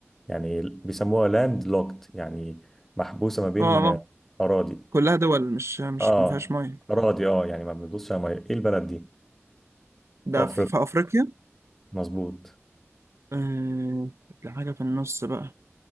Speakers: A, in the centre; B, on the right.
A: يعني بيسموها لاند لوكت يعني محبوسة ما بين
B: اه اه
A: أراضي
B: كلها دول مش مش
A: اه
B: ما فيهاش ميه
A: أراضي اه يعني ما بندوسش على مية ايه البلد دي؟
B: ده
A: في أفريقيا
B: في في افريقيا
A: مظبوط
B: آه حاجة في النص بقى